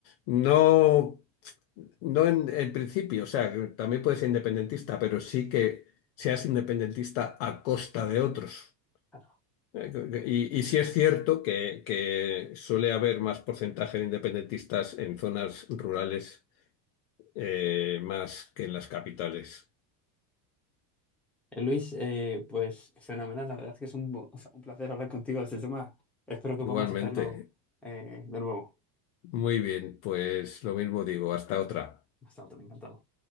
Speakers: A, on the left (about 55°); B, in the centre.
A: no, no en, en principio, o sea, que también puedes ser independentista, pero sí que seas independentista a costa de otros.
B: claro.
A: Eh, Y, y sí es cierto que, que suele haber más porcentaje de independentistas en zonas rurales eh, más que en las capitales.
B: Eh, Luis, eh, pues fenomenal, la verdad es que es un, o sea, un placer hablar contigo de este tema. Espero que
A: Igualmente.
B: podamos hacerlo eh, de nuevo.
A: Muy bien, pues lo mismo digo, hasta otra.
B: Hasta otro, encantado.